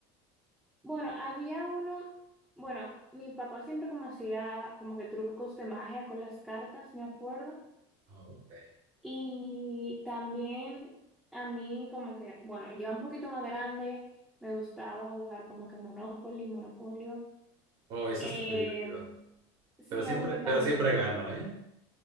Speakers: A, in the centre; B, on the right.
A: bueno, había uno, bueno, mi papá siempre como hacía como que trucos de magia con las cartas, me acuerdo.
B: Oh, ok.
A: Y también a mí como que, bueno, yo un poquito más grande me gustaba jugar como que Monopoly, Monopolio.
B: Oh, eso
A: Eh,
B: está muy divertido.
A: sí,
B: Pero siempre,
A: a mí me encanta.
B: pero siempre gano, ¿eh?